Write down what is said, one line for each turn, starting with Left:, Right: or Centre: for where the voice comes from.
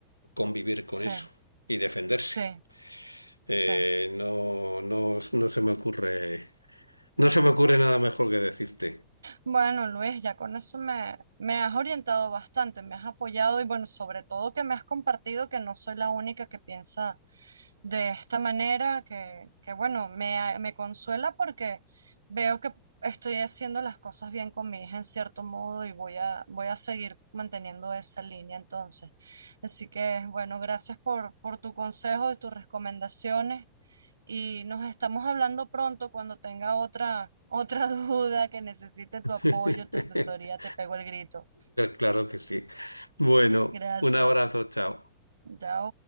Left: convivir con
Right: sí,
Left: eso y defenderse.
Right: sí, sí.
Left: Eh, no, no, no se me ocurre, no se me ocurre nada mejor que decirte.
Right: Bueno, Luis, ya con eso me, me has orientado bastante, me has apoyado y bueno, sobre todo que me has compartido que no soy la única que piensa de esta manera, que, que bueno, me, a- me consuela porque veo que estoy haciendo las cosas bien con mi hija en cierto modo y voy a, voy a seguir manteniendo esa línea entonces. Así que bueno, gracias por, por tu consejo y tus recomendaciones y nos estamos hablando pronto cuando tenga otra, otra <laughs> duda que necesite tu
Left: <laughs>
Right: apoyo, tu asesoría, te pego el grito.
Left: Claro que sí. Bueno,
Right: Gracias.
Left: un abrazo, chao.
Right: Chao.